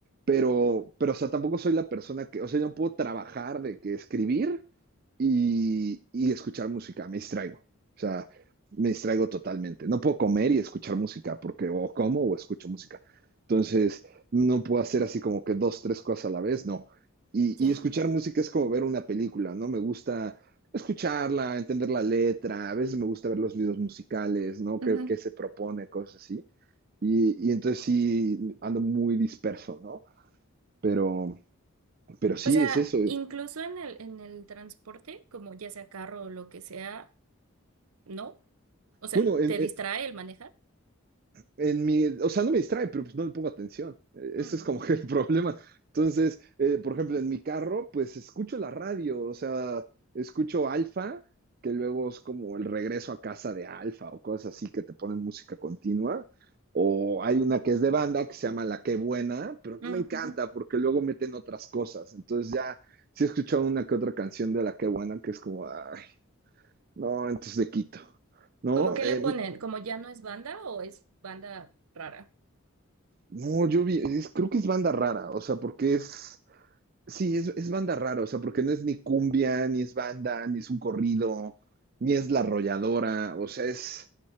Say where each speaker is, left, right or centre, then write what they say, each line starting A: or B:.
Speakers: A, on the right; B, on the right.
A: pero, pero, o sea, tampoco soy la persona que, o sea, yo no puedo trabajar de que escribir y, y escuchar música, me distraigo. O sea, me distraigo totalmente. No puedo comer y escuchar música, porque o como o escucho música. Entonces, no puedo hacer así como que dos, tres cosas a la vez, no. Y,
B: ya.
A: y escuchar música es como ver una película, ¿no? Me gusta escucharla, entender la letra, a veces me gusta ver los videos musicales, ¿no?
B: Ujú.
A: ¿Qué, qué se propone? Cosas así. Y, y, entonces sí, ando muy disperso, ¿no? Pero, pero sí,
B: O sea,
A: es eso.
B: incluso en el, en el transporte, como ya sea carro o lo que sea, ¿no? O sea,
A: Bueno, en,
B: ¿te
A: en,
B: distrae el manejar?
A: en mi, o sea, no me distrae, pero pues no le pongo atención. Eh,
B: Mm,
A: Ese es como que el <laughs> problema. Entonces, eh, por ejemplo, en mi carro, pues escucho la radio, o sea, escucho Alfa, que luego es como el regreso a casa de Alfa o cosas así que te ponen música continua. O hay una que es de banda que se llama La Qué Buena, pero no
B: mm,
A: me encanta
B: ujú.
A: porque luego meten otras cosas. Entonces ya sí he escuchado una que otra canción de La Qué Buena que es como, ay, no, entonces le quito. ¿no?
B: ¿Cómo que
A: Eh,
B: le ponen? ¿Como ya no es banda o es banda rara?
A: No, yo vi, es- creo que es banda rara, o sea, porque es, sí, es, es banda rara, o sea, porque no es ni cumbia, ni es banda, ni es un corrido, ni es la arrolladora, o sea, es,